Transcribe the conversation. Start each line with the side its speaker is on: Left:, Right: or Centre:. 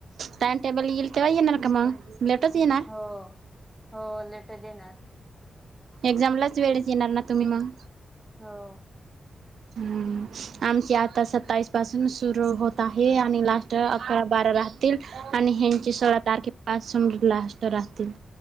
Right: टाइम टेबल येईल तेव्हा येणार का मग लेटच येना
Centre: हो, हो लेटच येणार.
Right: एक्झामलाच वेळीच येणार ना तुम्ही मग
Centre: हो
Right: हम्म, आमची आता सत्तावीस पासून सुरू होत आहे आणि लास्ट आता
Centre: ह
Right: अकरा बारा राहतील आणि ह्यांची सोळा तारखे पासून लास्ट राहतील.